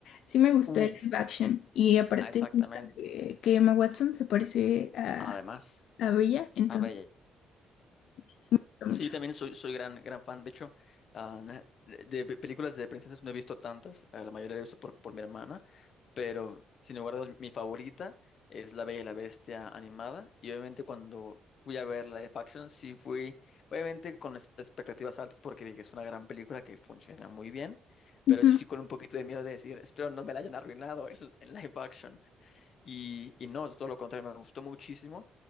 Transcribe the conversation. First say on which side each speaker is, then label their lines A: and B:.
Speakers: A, on the left (about 75°); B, on the left (about 55°).
A: sí me gustó
B: Uf,
A: el live action. Y aparte,
B: exactamente.
A: siento que, que Emma Watson se parece a,
B: Además,
A: a Bella, entonces
B: a ver,
A: me gusta mucho.
B: Sí, yo también soy, soy gran, gran fan. De hecho, ah, na- de, de pe- películas de princesas no he visto tantas. ah, la mayoría la he visto por, por mi hermana. Pero, sin lugar a dudas, mi favorita es La Bella y la Bestia animada. Y obviamente cuando fui a ver la live action, sí fui, obviamente con es- expectativas altas porque dije, es una gran película que funciona muy bien.
A: Ujú,
B: Pero sí con un poquito de miedo de decir, espero no me la hayan arruinado en en live action. Y, y no, todo lo contrario, me gustó muchísimo,